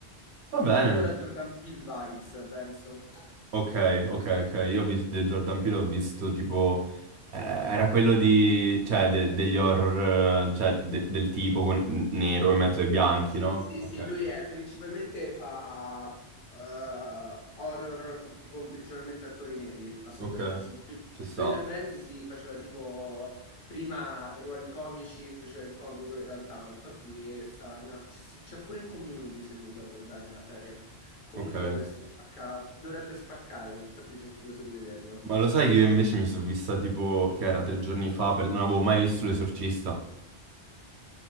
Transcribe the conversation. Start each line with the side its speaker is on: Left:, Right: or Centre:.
Right: Va
Left: È
Right: bene.
Left: un po' più alla Jordan Peele vibes, penso.
Right: Ok, ok, ok. Io ho visto, di Jordan Peele ho visto tipo... eh, era quello di... cioè de- degli horror, eh, cioè de- del tipo con n- nero in mezzo ai bianchi,
Left: Sì,
Right: no?
Left: sì,
Right: Ok,
Left: sì,
Right: ok.
Left: lui è principalmente fa eh, horror con, con principalmente attori neri, assolutamente
Right: Ok,
Left: sì.
Right: ci sta.
Left: Lui tra parentesi faceva tipo prima ruoli comici, faceva il comico in realtà, infatti stava in una- c'è c'è pure in Community se mi ricordo bene la serie. Comunque
Right: Ok.
Left: questo spacca, dovrebbe spaccare, infatti sono curioso di vederlo.
Right: Ma lo sai che io invece mi sono vista tipo... che era tre giorni fa, per- non avevo mai visto L'Esorcista.